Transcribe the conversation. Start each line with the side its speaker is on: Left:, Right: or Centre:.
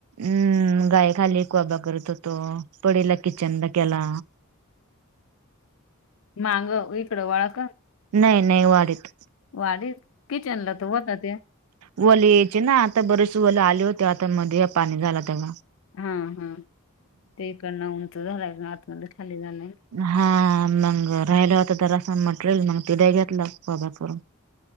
Right: हम्म गाय खाली कुवाबा करत होतो पडला किचनला केला.
Left: मग इकडं वळ का.
Right: नाही नाही वाढत.
Left: वाडी किचन ला तर होत ते.
Right: वले यायचे ना आता बरेच वले आले होते आता मध्ये पाणी झाला तेवढ.
Left: हा हा ते इकडन उंच झालंय आतमध्ये खाली झालंय.
Right: हा मग राहिलं होता तर असं म्हटलेल मग तिथे घेतलं बाबा करून.